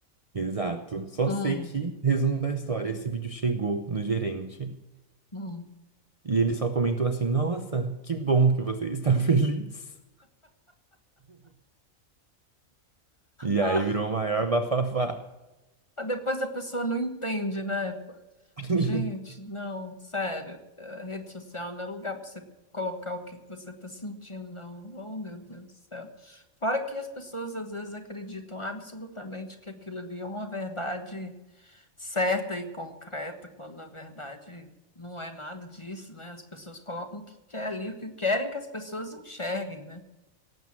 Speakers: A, on the right; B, on the left.
A: Exato. Só
B: Hum.
A: sei que, resumo da história, esse vídeo chegou no gerente
B: Hum.
A: e ele só comentou assim: Nossa, que bom que você está <laughs> feliz. E
B: Ah,
A: aí virou o maior bafafá.
B: mas depois a pessoa não entende, né?
A: <laughs>
B: Gente, não, sério, a rede social não é lugar para você colocar o que que você está sentindo, não. Oh, meu Deus do céu. Fora que as pessoas às vezes acreditam absolutamente que aquilo ali é uma verdade certa e concreta, quando na verdade não é nada disso, né? As pessoas colocam o que quer ali, o que querem que as pessoas enxerguem, né?